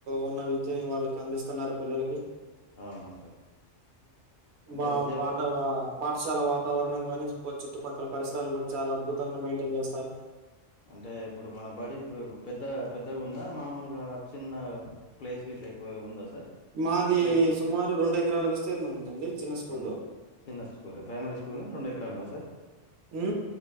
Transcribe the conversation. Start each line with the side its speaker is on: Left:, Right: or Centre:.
Right: ఉన్న విద్యని వాళ్ళకి అందిస్తున్నారు పిల్లలకి
Left: అవునా సార్ అంటే
Right: వా
Left: విద్యాబో
Right: పాత వా పాఠశాల వాతావరణం గానీ, చుట్టుపక్కల పరిసరాలు కూడా చాలా అద్భుతంగా మెయింటైన్ చేస్తారు.
Left: అంటే ఇప్పుడు మన బడి పెద్ద పెద్దగా ఉందా మామూలుగా చిన్న ప్లేస్ వీట్ల ఎక్కువ ఉందా సార్
Right: మాది
Left: ప్లే
Right: సుమారు రెండు ఎకరాల విస్తీర్ణం ఉందండి చిన్న స్కూలు.
Left: రెండు చిన్న స్కూల్ ప్రైమరీ స్కూల్ రెండు ఎకరాలు ఉన్నదా సార్
Right: హు